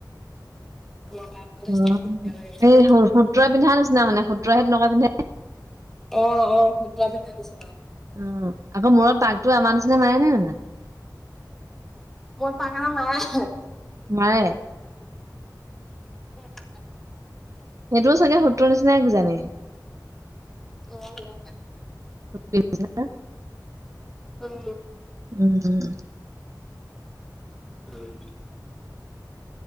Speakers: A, in the centre; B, on the right.
A: <unintelligible>
B: অ'
A: বৰ ধুনীয়া লাগে দেখিবলৈ।
B: এই সুত্ৰই পিন্ধা নিচিনা মানে সুত্ৰই হে তেনেকুৱা পিন্ধে।
A: অঁ অঁ সূত্ৰই পিন্ধা নিচিনা।
B: উম, আকৌ মূৰত পাকতো আমাৰ নিচিনা মাৰে নে নেমাৰে?
A: মোৰত পাক এটা মাৰে
B: মাৰে
A: <unintelligible>
B: সেইটোও চাগে সূত্ৰৰ নিচিনাই কিজানি?
A: অ সেনেকুৱা।
B: <unintelligible>
A: উম।
B: উম উম
A: উম!